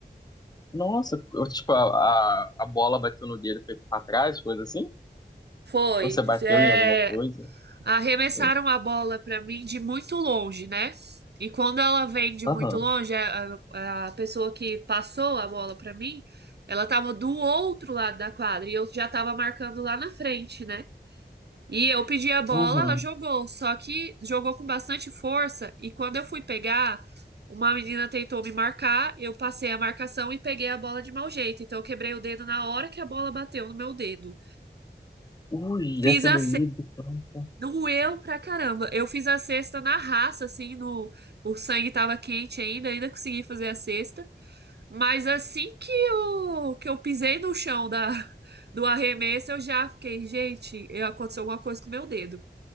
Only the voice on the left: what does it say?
Nossa, eu, tipo, a, a, a bola bateu no dedo e foi pra trás, coisa assim?
Ou você bateu
em alguma coisa?
Foi?
Aham.
Uhum.
Ui,
deve ter
doído tanto.